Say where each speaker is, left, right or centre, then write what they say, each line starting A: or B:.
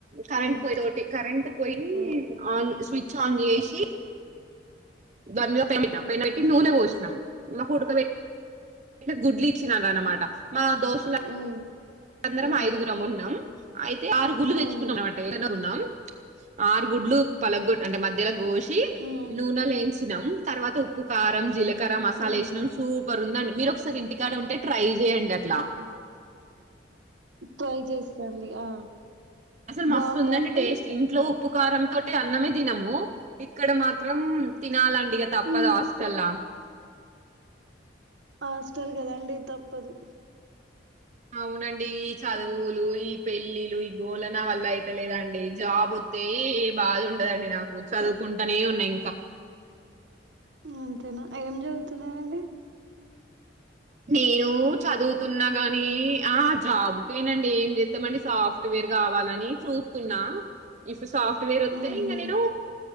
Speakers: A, on the right; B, on the right.
A: కరెంట్
B: ఉమ్
A: పోయి తోటి కరెంట్ పోయి
B: ఉమ్
A: ఆన్ స్వి చ్ ఆన్ చేేశి దాని మీద పె పెనం పెట్టి నూనె పోసినా మా ఉడకబెట్టి ఈడ గుడ్లిచ్చిరన్నమా ట మా దోస్త్ ల
B: ఉమ్
A: అందరం
B: ఉమ్
A: ఐదుగురం ఉన్నం. అయితే ఆరు గుడ్లు
B: ఉమ్
A: తెచ్చుకున్నాం
B: ఉహు
A: <inaudible> ఆరు గుడ్లు పలగ గొ అంటే మధ్యలకు గోసి
B: ఉమ్
A: నూనెల వేయించినం తర్వాత ఉప్పు, కారం, జీలకర్ర, మసాలా
B: ఉమ్
A: వేసినాం సూపర్ ఉంది అండి. మీరు ఒకసారి ఇంటికాడ ఉంటే ట్రై చేయండి అ
B: ఓ ట్రై చేస్తాండి. ఆ
A: అసలు మస్తు
B: బాగుందా
A: ఉందండి
B: అండి
A: టేస్ట్. ఇంట్లో ఉప్పు, కారం తోటే అన్నమే తినము ఇక్కడ మాత్రం తినాలం ఇగా తప్పదు
B: ఉమ్
A: హాస్టల్లా.
B: హాస్టల్ కదాండి తప్పదు
A: అవునండి ఈ చదువులు ఇ పెళ్ళి లు బోలన్ నా వల్ల అయిత లేదండి జాబ్ వతే ఏ బాధ ఉండదండి నాకు చదువుకుంట తనే ఉన్నాయి
B: అంతేనా ఏం చదువుతున్నారండి
A: నేను చదువుతున్నా గాని ఆ జాబ్కేనండి ఏం చెత్తమండి సాఫ్ట్వేర్ కావాలని చూతున్నా సాఫ్ట్ వేర్ వత్తే
B: ఉహు
A: ఇంగ నేను